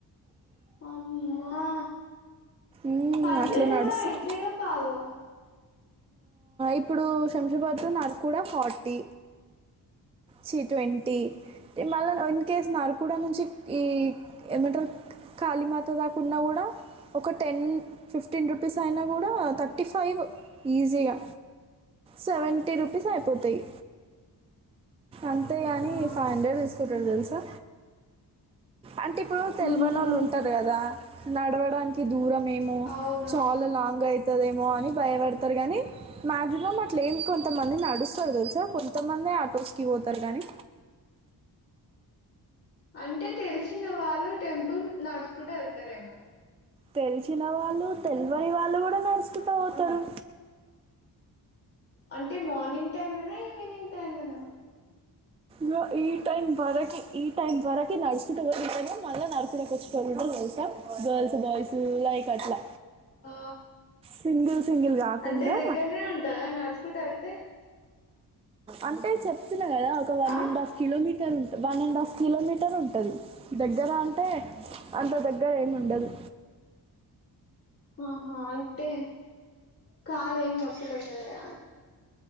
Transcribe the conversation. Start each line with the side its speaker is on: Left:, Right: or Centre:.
Left: అమ్మా
Right: మ్మ్,
Left: హండ్రెడ్
Right: అట్లా నడుస్తుంది
Left: కూడా అయితేయో కావో
Right: ఇప్పుడు శంషాబాద్ లో నర్ కూడా ఫార్టీ జీట్వంటీ మళ్ళ ఇన్ కేస్ నార్కుడా నుంచి ఈ ఏమంటారు కళీమాత దాకున్నా కూడా ఒక టెన్ ఫిఫ్టీన్ రూపీస్ అయినా కూడా థర్టీ ఫైవ్ ఈజీగా సెవెంటీ రూపీస్ అయిపోతాయి అంతే కాని
Left: ఆహా
Right: ఫైవ్ హండ్రెడ్ తీసుకుంటారు తెలుసా అంటే ఇప్పుడు తెలివన
Left: అమ్మో
Right: వాళ్ళు ఉంటారు కదా నడవడానికి దూరమేమో
Left: అవునవును
Right: చాలా లాంగ్ అయి తేదేమో అని భయవడతారు గానీ మాయాక్సిమం అట్లే ఏం కొంతమంది నడుస్తారు తెలుసా కొంతమందే అట్ల రోస్కి పోతారు గానీ
Left: అంటే తెలిసిన వాళ్ళు టెంపుల్ నడుసుకుంటా ఏళ్తారేమో
Right: తెలిచిన వాళ్ళు తెల్వని వాళ్ళు కూడా నడుసుకుంటా పోతారు
Left: అంటే మార్నింగ్ టైంలనా ఈవినింగ్ టైంలనా
Right: గొ ఈ టైం బరకి ఈ టైమ్ వరకి నడసుకుంటా పోటోలం మళ్ళా నడుసుకుంటా వచ్చటోళం గర్లసా గర్ల్స్ బాయసు లైక్ అట్లా
Left: ఆ
Right: సింగిల్ సింగిల్ కాకుండా
Left: అంటే దగ్గరనే ఉంటదా నడుచుకుంటేలతే
Right: అంటే చెప్తున్నా కదా ఒక one
Left: ఆ
Right: and half kilometre one and half kilometre ఉంటది దగరంటే అంత దగ్గరేం ఉండదు
Left: ఆహా అ టే కళ్లెం నొస్తలేదు కదా